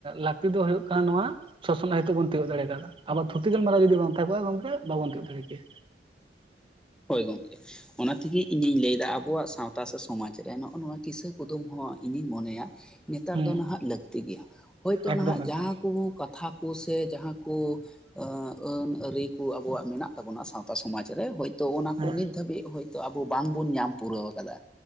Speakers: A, on the right; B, in the centre.
A: ᱞᱟᱹᱠᱛᱤ ᱫᱚ ᱦᱳᱭᱚᱜ ᱠᱟᱱᱟ ᱱᱚᱣᱟ ᱥᱚᱥᱱᱚᱜ ᱦᱮᱛᱳᱜ ᱵᱚᱱ ᱛᱤᱭᱳᱜ ᱫᱟᱲᱮ ᱟᱠᱟᱫᱟ᱾ ᱟᱵᱚᱣᱟᱜ ᱛᱷᱩᱛᱤ ᱜᱟᱞᱢᱟᱨᱟᱣ ᱡᱩᱫᱤ ᱵᱟᱝ ᱛᱟᱦᱮᱸ ᱠᱚᱜᱼᱟ ᱜᱚᱢᱠᱮ, ᱵᱟᱵᱚᱱ ᱛᱤᱭᱳ ᱫᱟᱲᱮ ᱠᱮᱭᱟ᱾
B: ᱦᱳᱭ ᱜᱚᱝᱠᱮ᱾ ᱚᱱᱟ ᱛᱮᱜᱮ ᱤᱧᱤᱧ ᱞᱟᱹᱭᱫᱟ ᱟᱵᱚᱣᱟᱜ ᱥᱟᱶᱛᱟ ᱥᱮ ᱥᱚᱢᱟᱡᱽ ᱨᱮ ᱱᱚᱜ-ᱚ ᱱᱚᱣᱟ ᱠᱤᱥᱟᱹ ᱠᱩᱫᱩᱢ ᱦᱚᱸ ᱤᱧᱤᱧ ᱢᱚᱱᱮᱭᱟ᱾ ᱱᱮᱛᱟᱨ
A: ᱦᱩᱸ
B: ᱫᱚ ᱱᱟᱦᱟᱜ ᱞᱟᱹᱠᱛᱤ ᱜᱮᱭᱟ᱾ ᱦᱳᱭᱛᱳ
A: ᱮᱠᱫᱚᱢ
B: ᱱᱟᱦᱟᱜ
A: ᱮᱠᱫᱚᱢ
B: ᱡᱟᱦᱟᱸ ᱠᱚ ᱠᱟᱛᱷᱟ ᱠᱚ ᱥᱮ ᱡᱟᱦᱟᱸ ᱠᱚ ᱟ ᱟᱹᱱ ᱟᱹᱨᱤ ᱠᱚ ᱟᱵᱚᱣᱟᱜ ᱢᱮᱱᱟᱜ ᱛᱟᱵᱚᱱᱟ ᱥᱟᱶᱛᱟ ᱥᱚᱢᱟᱡ ᱨᱮ ᱦᱳᱭ ᱛᱚ ᱚᱱᱟ ᱠᱚ
A: ᱦᱮᱸ
B: ᱱᱤᱛ ᱫᱷᱟᱹᱵᱤᱡ ᱦᱳᱭᱛᱚ ᱟᱵᱚ ᱵᱟᱝᱵᱚᱱ ᱧᱟᱢ ᱯᱩᱨᱟᱹᱣ ᱟᱠᱟᱫᱟ᱾